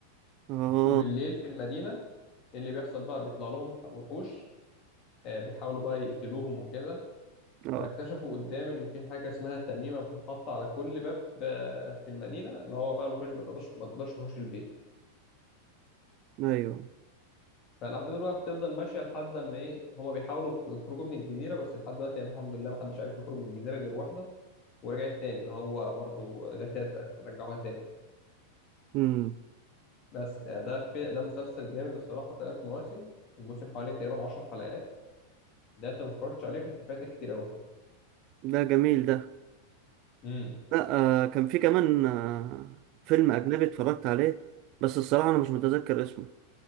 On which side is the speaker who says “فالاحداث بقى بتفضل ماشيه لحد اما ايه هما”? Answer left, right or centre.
Left